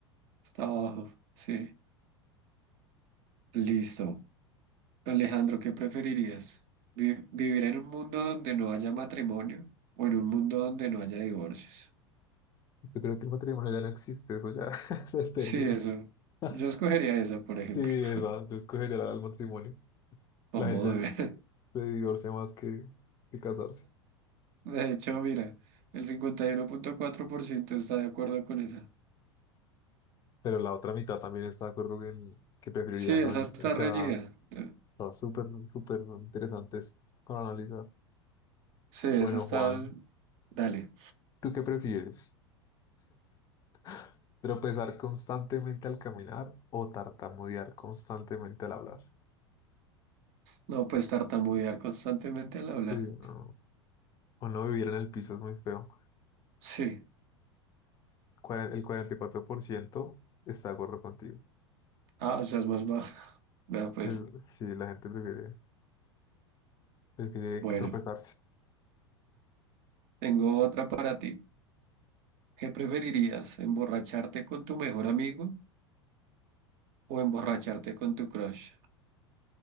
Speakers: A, on the right; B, on the left.
A: Está abajo. Sí. Listo. Alejandro, ¿qué preferirías? Vi- ¿Vivir en un mundo donde no haya matrimonio o en un mundo donde no haya divorcios?
B: Yo creo que el matrimonio ya no existe, eso ya <laughs> se perdió.
A: Sí, eso.
B: <laughs>
A: Yo escogería esa, por ejemplo,
B: Sí, esa,
A: <laughs>
B: yo escogería el matrimonio.
A: como
B: La gente
A: de... ver.
B: se divorcia más que, que casarse.
A: De hecho, mira, el cincuenta y uno punto cuatro por ciento está de acuerdo con esa.
B: Pero la otra mitad también está de acuerdo en que preferiría,
A: Sí, esa
B: ¿no?
A: está
B: O sea,
A: reñida. Eh,
B: está súper, súper interesante eso para analizar.
A: Sí, esa
B: Bueno,
A: está...
B: Juan,
A: Dale.
B: ¿tú qué prefieres? <laughs> ¿Tropezar constantemente al caminar o tartamudear constantemente al hablar?
A: No puedes tartamudear constantemente al hablar.
B: Sí, no. O no vivir en el piso es muy feo.
A: Sí.
B: Cuaren- El 44% está de acuerdo contigo.
A: Ah, o sea, es más bajo. <laughs> Vea, pues.
B: Es- Sí, la gente prefiere, prefiere
A: Bueno,
B: tropezarse.
A: tengo otra para ti. ¿Qué preferirías? ¿Emborracharte con tu mejor amigo o emborracharte con tu crush?